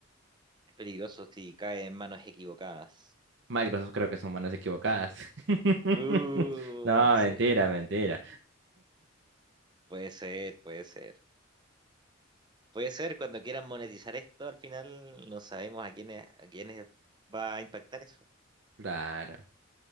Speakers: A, on the right; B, on the right.
A: Es peligroso si cae en manos equivocadas.
B: Microsoft creo que son manos equivocadas. <laughs>
A: Uh,
B: No,
A: sí,
B: mentira, mentira.
A: puede ser, puede ser. Puede ser cuando quieran monetizar esto, al final no sabemos a quiénes, a quiénes va a impactar eso.
B: Claro.